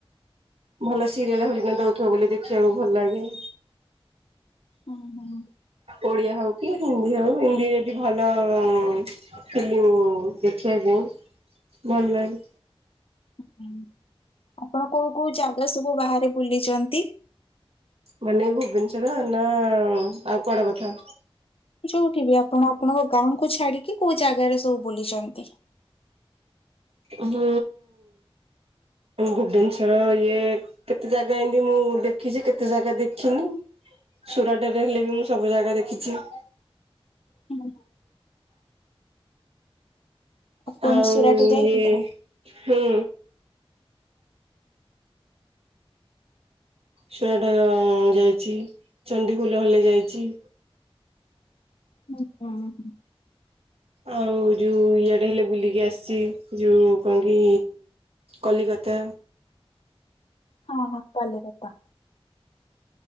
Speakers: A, on the right; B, on the left.
A: ଭଲ ସିରିଏଲ ହରିକା ଦଉଥୁବ ବୋଲି ଦେଖିବାକୁ ଭଲ ଲାଗେ।
B: ଉଁ ହୁଁ।
A: ଓଡିଆ ହଉ କି ହିନ୍ଦୀ ହଉ ହିନ୍ଦୀ ଯଦି ଭଲ ଉଁ ସବୁ ଦେଖିବା ପାଇଁ ଭଲ ଲାଗେ।
B: ହୁଁ। ଆପଣ କୋଉଁ କୋଉଁ ଜାଗା ସବୁ ବାହାରେ ବୁଲିଛନ୍ତି?
A: ମାନେ ଭୁବନେଶ୍ଵର ନାଁ ଆଉ କୁଆଡେ କଥା?
B: ଯୋଉଁଠି ବି ଆପଣ ଆପଣଙ୍କ ଗାଁ କୁ ଛାଡିକି କୋଉଁ ଜାଗାରେ ସବୁ ବୁଲିଛନ୍ତି?
A: ହୁଁ ଭୁବନେଶ୍ୱର ଇଏ କେତେ ଜାଗା ଏମିତି ମୁଁ ଦେଖିଛି। କେତେ ଜାଗା ଦେଖିନି। ସୁରାଟରେ ହେଲେ ବି ମୁଁ ସବୁ ଜାଗା ଦେଖିଛି।
B: ହୁଁ। ଆପଣ
A: ଆଉଁ
B: ସୁରାଟ ଯାଇଥିଲେ?
A: ଇଏ ହୁଁ। ସୁରାଟ ଯାଇଛି ଚଣ୍ଡିୀଖୋଲ ହେଲେ ଯାଇଛି।
B: ଓ ହୋ।
A: ଆଉ ଯୋଉଁ ଇଏଡେ ହେଲେ ବୁଲିକି ଆସିଛି ଯୋଉଁ କଣ କି? କଲିକତା
B: ହଁ ହଁ କଲିକତା।